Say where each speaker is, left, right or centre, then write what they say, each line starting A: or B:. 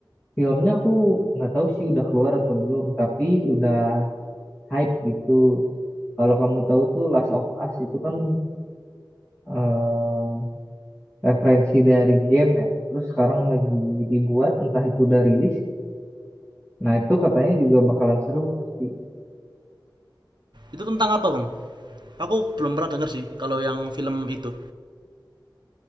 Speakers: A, on the left; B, on the right.
A: filmnya aku nggak tahu sih udah keluar atau belum, tapi udah hype gitu. Kalau kamu tahu tuh Last of Us itu kan eh referensi dari game ya. Terus sekarang lagi dibuat, entah itu udah rilis. Nah itu katanya juga bakalan seru pasti.
B: Itu tentang apa bang? Aku belum pernah denger sih kalau yang film itu.